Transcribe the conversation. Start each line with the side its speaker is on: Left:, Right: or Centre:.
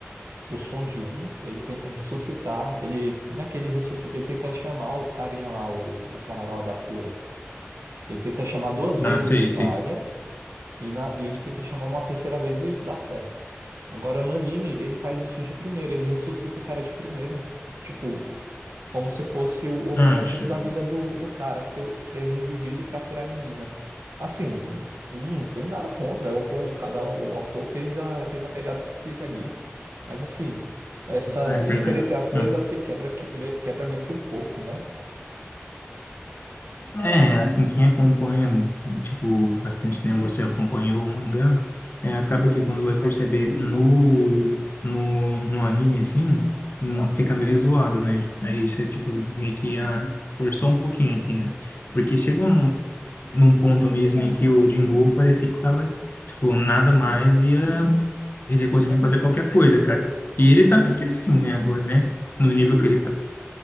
Right: o Som de Um, ele tenta ressuscitar. Ele, não é que ele ressuscita, ele tenta chamar o carinha lá, o, o cara lá da cura. Ele tenta chamar duas vezes
Left: Ah, sei,
Right: e falha.
Left: sei.
Right: E, na- e ele tenta chamar uma terceira vez e dá certo. Agora, no anime, ele faz isso de primeira, ele ressuscita o cara de primeira. Tipo, como se fosse o objetivo
Left: Ah, acha.
Right: da vida do, do cara, ser, ser revivido pra curar a menina. Assim, não, não tem nada contra. Eu, pô, cada um, o autor fez a, fez a pegada que quis ali. Mas assim, essas
Left: É
Right: diferenciações
Left: verdade. Hum.
Right: assim quebra, que- me- quebra meio que um pouco, né?
Left: É, assim, quem acompanha, tipo, bastante tempo você acompanhou o mangá, é, acaba que quando vai perceber no, no, no anime, assim, não- fica meio zoado, né? Aí você, tipo, meio que ah, forçou um pouquinho aqui, né? Porque chegou num, num ponto mesmo em que o Jinwoo parecia que tava, tipo, nada
Right: Sim.
Left: mais ia, ele ia conseguir fazer qualquer coisa, cara. E ele tá meio que assim, né, agora, né? No nível que ele tá.